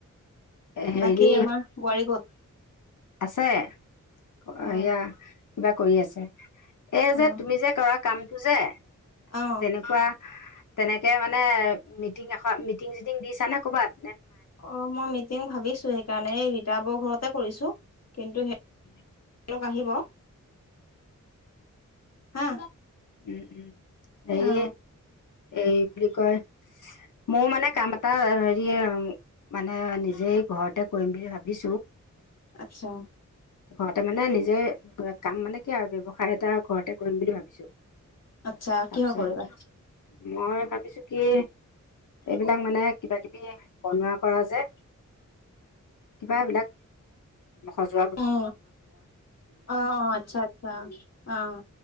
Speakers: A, on the left (about 75°); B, on the left (about 55°).
A: হেৰি
B: বাকী আমাৰ বোৱাৰী ক'ত?
A: আছে হেয়া
B: অ
A: কিবা কৰি আছে এ
B: অ
A: যে তুমি যে কৰা কাম পুজে
B: অ
A: তেনেকুৱা তেনেকে মানে মিটিং এশ মিটিং চিটিং দিছ নে কৰ'বাত
B: অ মই মিটিং ভাবিছো সেইকাৰণে এই ৰিতা বৌক ঘৰতে কৰিছোঁ কিন্তু সে
A: উম <inaudible>
B: লগ আহিব হা
A: উম উম হেৰি
B: অ
A: এই কি বুলি কয় মোৰ মানে কাম এটা হেৰি মানে নিজেই ঘৰতে কৰিম বুলি ভাবি
B: আচ্ছা
A: ঘৰতে মানে নিজে কাম মানে কি আৰু ব্যৱসায় এটা ঘৰতে কৰিম বুলি ভাবিছোঁ
B: আচ্ছা
A: তাৰপিছত
B: কিহৰ কৰিবা?
A: মই ভাবিছোঁ কি এইবিলাক
B: উম,
A: মানে কিবা কিবি বনোৱা কৰা যে কিবা বিলাক স
B: অ আহ আহ আচ্ছা আচ্ছা আহ